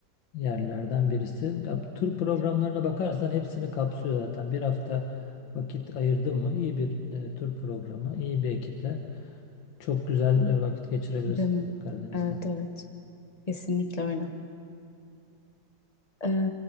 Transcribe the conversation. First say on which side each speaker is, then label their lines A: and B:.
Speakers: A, on the left; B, on the left.
A: yerlerden birisi. Ya, tur programlarına
B: De-
A: bakarsan hepsini kapsıyor zaten. Bir hafta vakit ayırdın mı iyi bir e, tur programı, iyi bir ekiple. Çok güzel e, vakit geçirebilirsin
B: Değil mi?
A: Karadeniz'de.
B: Evet evet. Kesinlikle öyle. Ee,